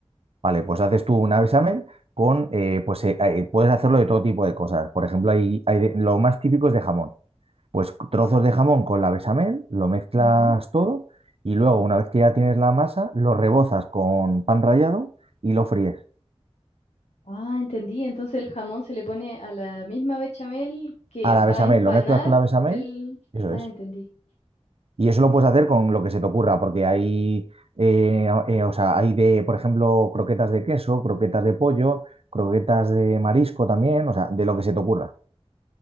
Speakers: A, on the right; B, on the left.
A: Vale, pues haces tú un examen con, eh, pues eh, eh, puedes hacerlo de todo tipo de cosas. Por ejemplo, hay, hay de- lo más típico es de jamón. Pues trozos de jamón con la bechamel, lo mezclas
B: ujú.
A: todo y luego, una vez que ya tienes la masa, lo rebozas con pan rallado y lo fríes.
B: Ah, entendí. Entonces el jamón se le pone a la misma bechamel que
A: A la
B: va
A: bechamel,
B: a empanar
A: lo mezclas con la bechamel,
B: el...
A: eso
B: Ah,
A: es.
B: entendí.
A: Y eso lo puedes hacer con lo que se te ocurra, porque hay, eh, a- eh, o sea, hay de, por ejemplo, croquetas de queso, croquetas de pollo, croquetas de marisco también, o sea, de lo que se te ocurra.